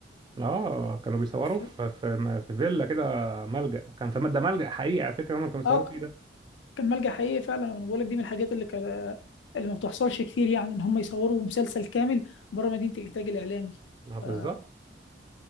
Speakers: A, on the right (about 25°); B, on the left (about 85°).
A: اه كانوا بيصوروا
B: ف-
A: في في, في فيلا كده ملجأ كان في ده ملجأ حقيقي على فكرة هم كانوا بيصوروا
B: اه ك-
A: فيه ده
B: كان ملجأ حقيقي فعلا أنا بقول لك دي من الحاجات اللي كان اللي ما بتحصلش كتير يعني إن هم يصوروا مسلسل كامل بره مدينة الإنتاج الإعلامي
A: اه بالظبط
B: آه